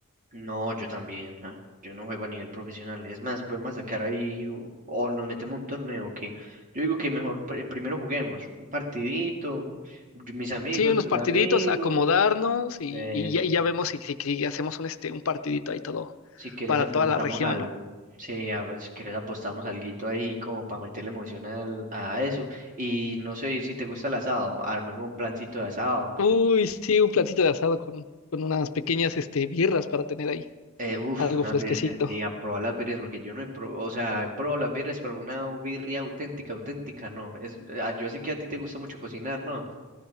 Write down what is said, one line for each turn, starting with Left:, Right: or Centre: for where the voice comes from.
Right: No, yo también. ah, Yo no juego a nivel profesional. Es más, podemos sacar ahí o, o nos metemos un torneo que yo digo que mejor pr- primero juguemos un partidito, yo- mis amigos,
Left: Sí, unos
Right: tus
Left: partiditos,
Right: amigos.
Left: acomodarnos y,
Right: Eso.
Left: y ya, y ya vemos si, si- si hacemos un, este, un partidito ahí todo
Right: Si quieres
Left: para
Right: apostamos
Left: toda la región,
Right: algo.
Left: ¿no?
Right: Sí, a ver, si quieres apostamos alguito ahí como para meterle emoción al- a eso. Y no sé si te gusta el asado, armemos un plancito de asado.
Left: Uy, sí, un platito de asado con, con unas pequeñas este, birras para tener ahí
Right: Eh, uf,
Left: algo
Right: unas
Left: fresquecito.
Right: birrias, sí, a probar las birrias, porque yo no he probado, o sea, he probado las birrias, pero una birria auténtica, auténtica, no. Es, ah, yo sé que a ti te gusta mucho cocinar, ¿no?